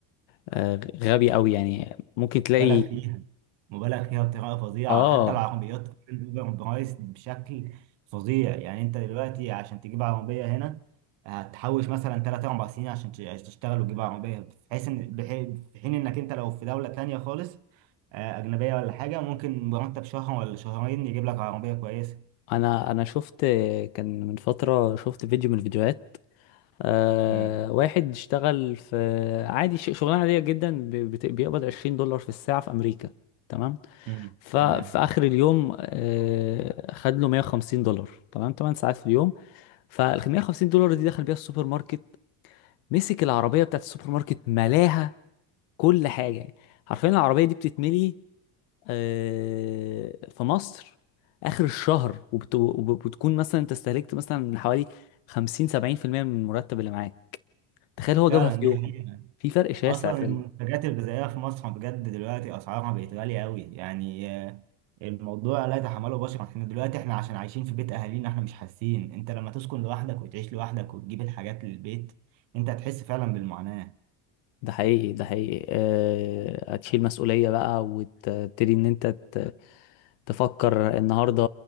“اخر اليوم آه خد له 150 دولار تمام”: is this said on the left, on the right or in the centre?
Left